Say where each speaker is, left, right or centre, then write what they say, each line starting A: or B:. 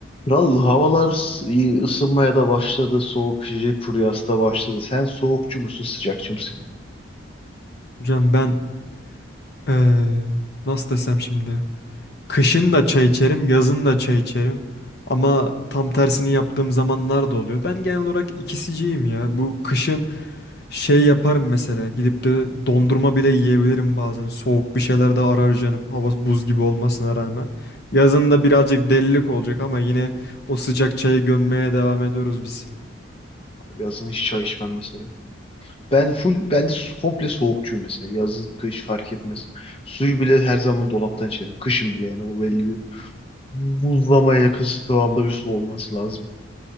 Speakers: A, on the left; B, on the left.
A: Kral havalar s- iyi ısınmaya da başladı. Soğuk içecek furyası da başladı. Sen soğukçu musun, sıcakçı mısın?
B: Hocam ben eee, nasıl desem şimdi. Kışın da çay içerim, yazın da çay içerim. Ama tam tersini yaptığım zamanlar da oluyor. Ben genel olarak ikisiciyim ya. Bu kışın şey yaparım mesela. Gidip de dondurma bile yiyebilirim bazen. Soğuk bir şeyler de arar canım. Hava buz gibi olmasına rağmen. Yazın da birazcık delilik olacak ama yine o sıcak çayı gömmeye devam ediyoruz biz.
A: Yazın hiç çay içmem mesela. Ben full, ben de su- komple soğukçuyum mesela. Yaz, kış fark etmez. Suyu bile her zaman dolaptan içerim. Kışın bile yani o belli bir buzlamaya yakın kıvamda bir su olması lazım.